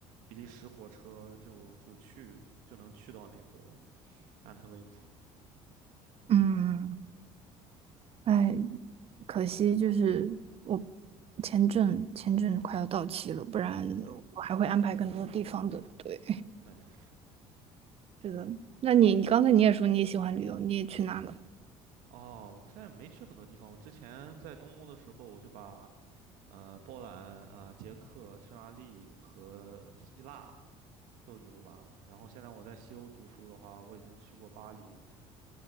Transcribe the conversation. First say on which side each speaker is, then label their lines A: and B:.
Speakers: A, on the right (about 75°); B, on the right (about 45°).
A: 比利时火车就就去就能去到那个安特卫普。
B: 嗯，哎，可惜就是我签证签证快要到期了，不然我还会安排更多地方的。
A: 对，
B: 对，
A: 那也是。
B: 是的。那你你刚才你也说你也喜欢旅游，你也去哪了？
A: 哦，我现在没去很多地方。我之前在东欧的时候，我就把呃波兰啊、捷克、匈牙利和希腊都游完了。然后现在我在西欧读书的话，我已经去过巴黎，